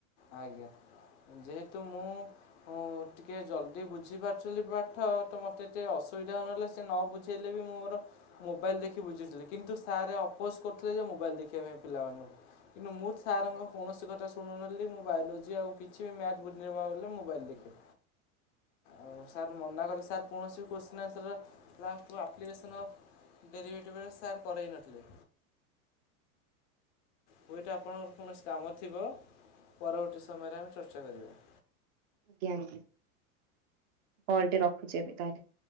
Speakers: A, on the left (about 55°); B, on the right (about 50°).
A: ଆଜ୍ଞା ଯେହେତୁ ମୁଁ ହଁ ଟିକେ ଜଲଦି ବୁଝିପାରୁଥିଲି ଯଦି ପାଠ ତ ମତେ ଏତେ ଅସୁବିଧା ହଉନଥିଲା ସେ ନ ବୁଝେଇଲେ ବି ମୁଁ ମୋର ମୋବାଇଲ ଦେଖି ବୁଝୁଥିଲି କିନ୍ତୁ ସାରେ ଅପୋଜ କରୁଥିଲେ ଯେ ମୋବାଇଲ ଦେଖିବା ପାଇଁ ପିଲାମାନଙ୍କୁ। କିନ୍ତୁ ମୁଁ ସାରଙ୍କ କୌଣସି କଥା ଶୁଣୁନ ଯଦି ମୁଁ ବାୟଲୋଜି ଆଉ କିଛି ବି ମ୍ୟାଥ୍ ବୁଝିନପାରିଲେ ମୋବାଇଲ ଦେଖେ। ଆଉ ସାର୍ ମନା କଲେ ସାର୍ କୌଣସି ବି କୋଶ୍ଚିନ୍ ଆନ୍ସର ଲାଷ୍ଟ୍ କୁ ଆପ୍ଲିକେସନ୍ ଅଫ୍ ଦେରିଭେଟି ବେଳେ ସାର୍ କରାଇ ନଥିଲେ ହୁଏତ ଆପଣଙ୍କର କୌଣସି କାମ ଥିବ ପରବର୍ତ୍ତୀ ସମୟରେ ଆମେ ଚର୍ଚ୍ଚା କରିବା।
B: ଆଜ୍ଞା ଆଜ୍ଞା କଲଟି ରଖୁଚି ଏବେ ତାହେଲେ।